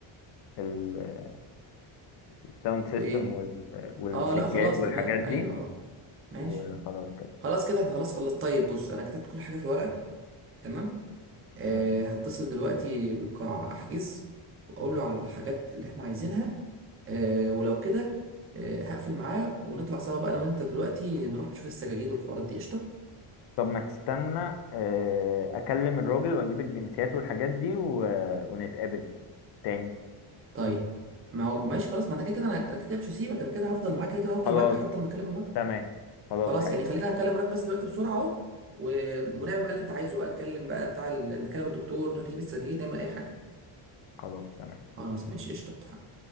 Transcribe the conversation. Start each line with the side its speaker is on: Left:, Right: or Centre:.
Left: ال- الساوند
Right: لإيه؟
Left: سيستم وال... والسجاد
Right: اه لا خلاص
Left: والحاجات
Right: تمام
Left: دي
Right: أيوه اه ماشي
Left: وخلاص كده
Right: خلاص كده احنا خلاص خلصت طيب بص أنا كتبت كل حاجة في ورقة تمام آه،
Left: مم.
Right: هتصل دلوقتي بالقاع احجز واقول له على الحاجات اللي احنا عايزينها آه، ولو كده آه، هقفل معاه ونطلع سوا بقى انا وانت دلوقتي نروح نشوف السجاجيد والحوارات دي قشطه
Left: طب ما تستنى آه، اكلم الراجل واجيب الجنسيات والحاجات دي و... ونتقابل تاني
Right: طيب ما هو ماشي خلاص ما انا كده كده انا أنا كده كده مش هسيبك انا كده هفضل معاك كده كده هفضل
Left: خلاص
Right: معاك لحد ما اكلم الراجل
Left: تمام خلاص
Right: خلاص
Left: حلو
Right: يعني خلينا اكلم الراجل بس دلوقتي بسرعه اهو و... ونعمل بقى اللي انت عايزه بقى نكلم بقى بتاع ال... نكلم الدكتور نروح نجيب السجاجيد نعمل اي حاجه
Left: خلاص تمام
Right: خلاص ماشي قشطه اتفقنا